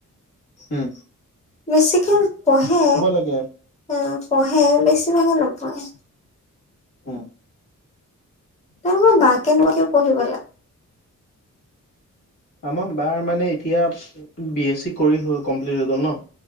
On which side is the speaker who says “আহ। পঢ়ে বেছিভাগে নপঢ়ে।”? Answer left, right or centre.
Left